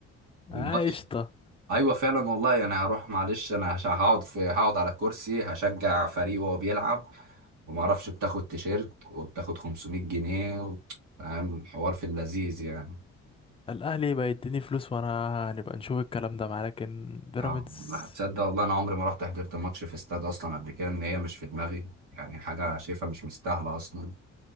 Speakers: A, on the right; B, on the left.
A: والماتش
B: اه قشطة
A: ايوه فعلا والله انا هروح معلش انا هش- هقعد في هقعد على الكرسي هشجع فريق وهو بيلعب وما اعرفش بتاخد تيشيرت وبتاخد 500 جنيه و... فاهم الحوار في اللذيذ يعني
B: الأهلي يبقى يديني فلوس وأنا هنبقى نشوف الكلام ده معاه لكن بيراميدز
A: اه لا، تصدق والله انا عمري ما رحت حضرت ماتش في استاد اصلا قبل كده ان هي مش في دماغي يعني حاجه انا شايفها مش مستاهله اصلا